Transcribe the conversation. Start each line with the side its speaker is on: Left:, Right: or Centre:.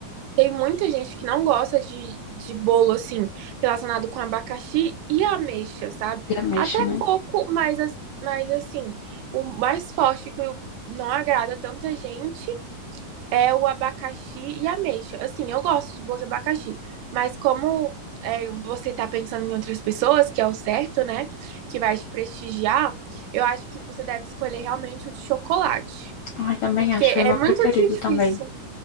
Right: Tem muita gente que não gosta de, de bolo, assim, relacionado com abacaxi e ameixa, sabe?
Left: E ameixa,
Right: Até
Left: né?
Right: coco, mas, as- mas assim, o mais forte que eu- não agrada tanta gente é o abacaxi e ameixa. Assim, eu gosto de bolo de abacaxi, mas como é, você tá pensando em outras pessoas, que é o certo, né? Que vai te prestigiar, eu acho que você deve escolher realmente o de chocolate.
Left: Ai, também
Right: Porque
Left: acho.
Right: é
Left: É o meu
Right: muito
Left: preferido
Right: difícil.
Left: também.